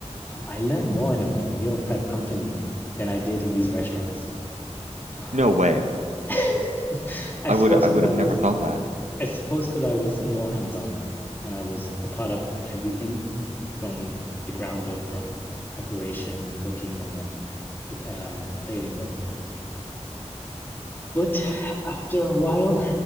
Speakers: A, on the left (about 15°); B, on the right (about 80°).
A: um, I learned more in a m- meal prep company than I did in these restaurants. Uh,
B: No way.
A: <laughs> I
B: I
A: suppose
B: would I
A: because
B: would
A: I
B: have never
A: was,
B: thought that.
A: I suppose because I was more hands-on, and I was a part of everything from the ground up, from preparation, cooking, and then um, plating up. But after a while,